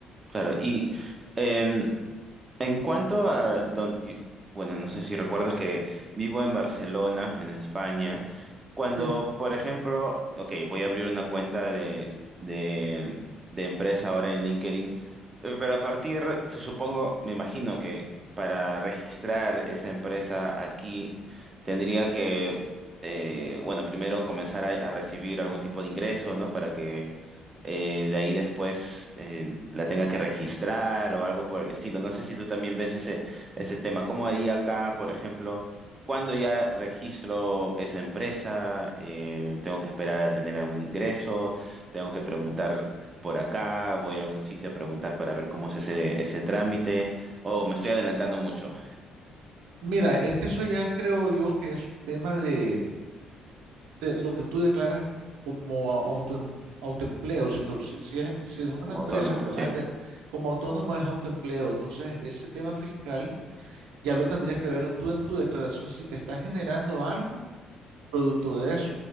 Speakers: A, on the right; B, on the right.
A: claro. Y em, en cuanto a, don- y- bueno, no sé si recuerdas que vivo en Barcelona, en España, Cuando,
B: Sí.
A: por ejemplo, ok, voy a abrir una cuenta de, de, de empresa ahora en LinkedIn, pe- pero a partir, su- supongo, me imagino que para registrar esa empresa aquí, tendría que, eh, bueno, primero comenzar a, a recibir algún tipo de ingreso, ¿no? Para que eh, de ahí después eh, la tenga que registrar o algo por el estilo. No sé si tú también ves ese, ese tema. ¿Cómo haría acá, por ejemplo? ¿Cuándo ya registro esa empresa? Eh, ¿tengo que esperar a tener algún ingreso? ¿Tengo que preguntar por acá? ¿Voy a algún sitio a preguntar para ver cómo es ese, ese trámite? o me estoy adelantando mucho
B: Mira, es que eso ya es, creo yo, que es un tema de, de lo que tú declaras como autoem- autoempleo. Si, lo- si, si es, si es una
A: como
B: empresa
A: autónomo,
B: que
A: sí.
B: vas a tener como autónomo, es autoempleo. Entonces, ese tema fiscal ya lo tendrías que ver tú en tu declaración si te está generando algo producto de eso,